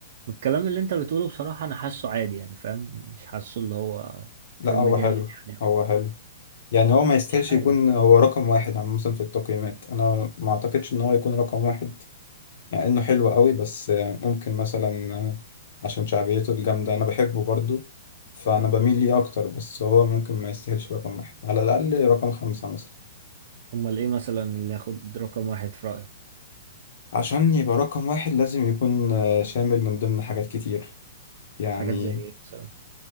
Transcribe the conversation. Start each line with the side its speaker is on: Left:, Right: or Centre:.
Right: الكلام اللي أنت بتقوله بصراحة أنا حاسه عادي يعني فاهم مش حاسه اللي هو
Left: لا
Right: فيلم
Left: هو
Right: جامد
Left: حلو
Right: يعني
Left: هو حلو يعني هو ما يستاهلش
Right: مش عارف
Left: يكون هو رقم واحد عامة في التقييمات أنا ما أعتقدش إن هو يكون رقم واحد يعني إنه حلو قوي بس ممكن مثلا عشان شعبيته الجامدة أنا بحبه برضو فأنا بميل ليه أكتر بس هو ممكن ما يستاهلش رقم واحد على الأقل رقم خمسة مثلا
Right: أمال إيه مثلا اللي ياخد رقم واحد في رأيك
Left: عشان يبقى رقم واحد لازم يكون شامل من ضمن حاجات كتير يعني
Right: حاجات زي إيه مثلا